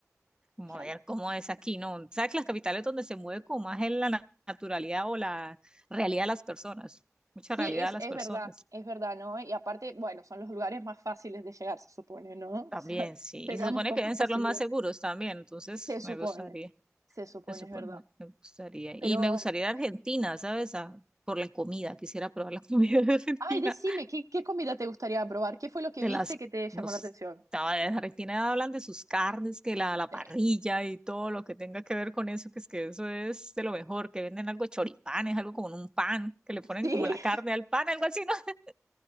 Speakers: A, on the right; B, on the right.
A: como
B: claro.
A: ver cómo es aquí, ¿no? Sabes que las capitales donde se mueve como más es la na- naturalidad o la realidad de las personas, mucha
B: Sí,
A: realidad
B: es,
A: de las
B: es
A: personas
B: verdad, es verdad, ¿no? Y aparte, bueno, son los lugares más fáciles de llegar, se supone, ¿no? <laughs>
A: también,
B: O sea,
A: sí.
B: llegamos
A: Y se supone
B: con
A: que deben
B: más facilidad.
A: ser los más seguros también, entonces
B: Se supone,
A: me gustaría,
B: se supone,
A: se supone,
B: es verdad.
A: me gustaría.
B: Pero,
A: Y me gustaría ir a Argentina, ¿sabes? A- por la comida, quisiera probar la <laughs> comida de Argentina.
B: ay, decime, ¿qué, qué comida te gustaría probar? ¿Qué fue lo que
A: de
B: viste
A: las,
B: que te llamó
A: los,
B: la atención?
A: no, de Argentina hablan de sus carnes, que la, la
B: Sí,
A: parrilla y todo lo que tenga que ver con eso, que es que eso es de lo mejor, que venden algo de choripanes, algo como en un pan, que le ponen
B: sí,
A: como la carne al pan, algo así, ¿no? <laughs>